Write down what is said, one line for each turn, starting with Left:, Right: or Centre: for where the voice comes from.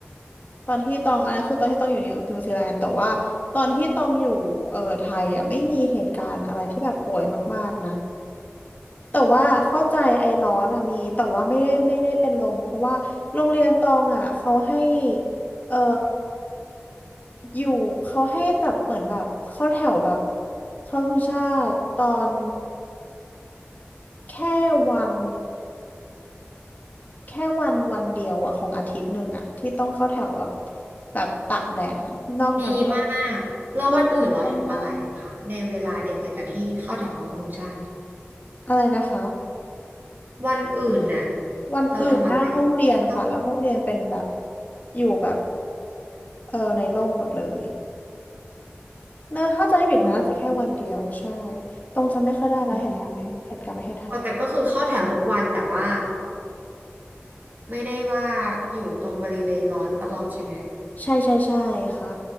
Left: ตอนที่ตองอันนั้นคือตอนที่ตองอยู่นิวนิวซีแลนด์แต่ว่าตอนที่ตองอยู่เอ่อไทยอ่ะไม่มีเหตุการณ์อะไรที่แบบป่วยมากๆนะแต่ว่าเข้าใจไอร้อนอ่ะมีแต่ว่าไม่ได้ไม่ได้เป็นลมเพราะว่าโรงเรียนตองอ่ะเขาให้เอ่ออยู่เขาให้แบบเหมือนแบบเข้าแถวแบบเข้าธงชาติตอนแค่วัน แค่วันวันเดียวอะของอาทิตย์หนึ่งอะที่ต้องเข้าแถวแบบแบบตากแดดอะนอกนั้นก็
Right: ดีมากแล้ววันอื่นเราทำอะไรอะคะในเวลาเดียวกันกับที่เข้าแถวเคารพธงชาติ
Left: นอกนั้นก็ว่าอะไรนะคะ
Right: วันอื่นน่ะ
Left: วันอื่นหน้าห้องเรียนค่ะแล้วห้องเรียนเป็นแบบ
Right: เราทำอะไรที่ไม่ต้องเข้า
Left: อยู่แบบเออในร่มหมดเลยเนอะถ้าจะไม่ผิดนะน่าจะแค่วันเดียวใช่
Right: อืม
Left: ตรงจะไม่ค่อยได้รายเหตุการณ์เหตุการณ์ประเทศไทย
Right: อืมออแต่ก็คือเข้าแถวทุกวันแต่ว่าไม่ได้ว่าอยู่ตรงบริเวณร้อนตลอดใช่ไหม
Left: ใช่ใช่ใช่ค่ะ